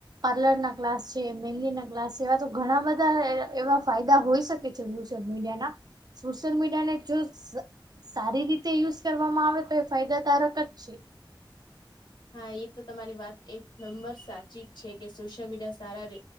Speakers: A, on the right; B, on the left.
A: પાર્લર ના ક્લાસ છે, મેંદી ના ક્લાસ છે, એવા તો ઘણા બધા બધા એવા ફાયદા હોઈ શકે છે, સોશિયલ મીડિયાના, સોશિયલ મીડિયા ને જો સારી રીતે યુઝ કરવામાં આવે તો, એ ફાયદાકારક જ છે.
B: હા, એ તો તમારી વાત એક નંબર સાચી જ છે, કે સોશિયલ મીડિયા સારા ર